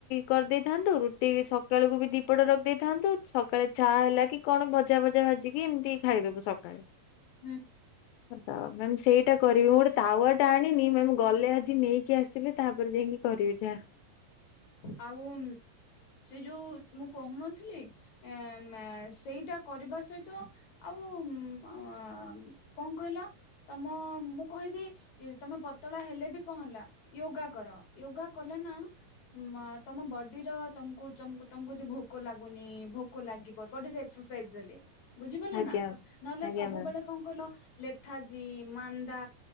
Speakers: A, on the left (about 80°); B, on the left (about 55°).
A: କରିଦେଇଥାନ୍ତୁ ରୁଟି ସ ସକାଳୁକୁ ବି ଦିପଟ ରଖିଦେଇଥାନ୍ତୁ ସକାଳେ ଚାହା ହେଲା କି କଣ ଭଜା ଭଜା ଭାଜିକି ଏମିତି ଖାଇଦବୁ ସକାଳେ।
B: ହୁଁ।
A: ହ ତ ମ୍ୟାମ୍ ସେଇଟା କରିବି ମୁଁ ଗୋଟେ ତାୱାଟା ଆଣିନି ମ୍ୟାମ୍ ଗଲେ ଆଜି ନେଇକି ଆସିବି ତାପରେ ଯାଇକି କରିବି ଯା
B: ଆଉ ସେ ଯୋଉ ମୁଁ କହୁନଥିଲି ଏ ମା ସେଇଟା କରିବା ସହିତ ଆଉ କଣ କଣ କହିଲ ତମ ମୁଁ କହିବି ତମେ ପତଳା ହେଲେ ବି କଣ ହେଲା। ୟୋଗା କର ୟୋଗା କଲେ ନା ତମ ବଡିର ତମକୁ ତମକୁ ଭୋକ ଲାଗୁନି ଭୋକ ଲାଗିବ ବଡିରେ <unintelligible> ବୁଜିପାରିଲନା
A: ଆଜ୍ଞା
B: ନହଲେ
A: ଆଜ୍ଞା
B: ସବୁବେଳେ
A: ମ୍ୟାମ୍
B: କଣ କହିଲ ଲେଥାଜି ମାନ୍ଦା